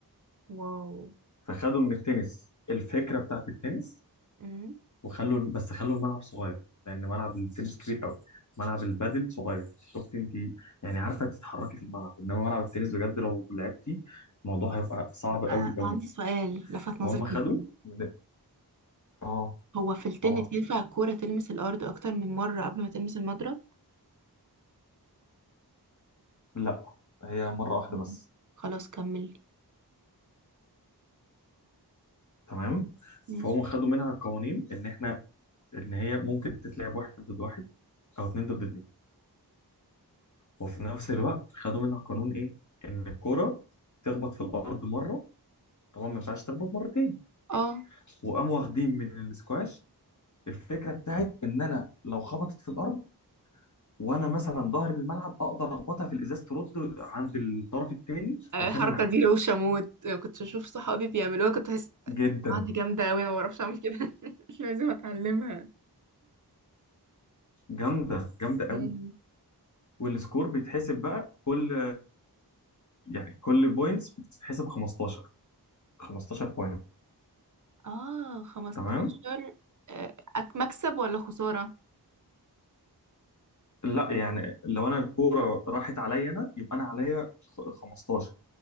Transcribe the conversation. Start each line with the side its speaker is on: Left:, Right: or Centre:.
Right: واو
Left: فخدوا من التنس الفكره بتاعت التنس
Right: امم
Left: وخلوا بس خلوا الملعب صغير لان ملعب التنس كبير قوي ملعب البادل صغير شفت انت يعني عارفه تتحركي في الملعب انما ملعب التنس بجد لو لعبتي الموضوع هيبقى صعب
Right: انا
Left: قوي قوي
Right: عندي سؤال لفت نظري
Left: فهم خدوا
Right: جدا
Left: من اه
Right: هو في التنس
Left: طبعا
Right: ينفع الكورة تلمس الارض اكتر من مرة قبل ما تلمس المضرب
Left: لا هي مرة واحدة
Right: مم.
Left: بس
Right: خلاص كملي
Left: تمام
Right: ماشي
Left: فهم خدوا منها قوانين ان احنا ان هي ممكن تتلعب واحد ضد واحد او اتنين ضد اتنين وفي نفس الوقت خدوا منها قانون ايه ان الكرة تخبط في الارض مره طبعا ما ينفعش تخبط مرتين
Right: اه
Left: وقاموا واخدين من السكواش الفكره بتاعت ان انا لو خبطت في الارض وانا مثلا ظهر الملعب اقدر اخبطها في الازاز ترد عند الطرف الثاني
Right: الحركه
Left: واكمل عادي
Right: دي روشه موت كنت بشوف صحابي بيعملوها كنت بحس
Left: جدا
Right: اه دي جامده قوي انا ما بعرفش اعمل كده <laughs> لازم اتعلمها
Left: جامده جامده
Right: مم.
Left: قوي والسكور بيتحسب بقى كل يعني كل بوينتس بتتحسب 15 15 بوينت
Right: اه 15
Left: تمام
Right: آه، أك- مكسب ولا خسارة
Left: لا يعني لو انا الكوره راحت عليا انا يبقى انا عليا خ- 15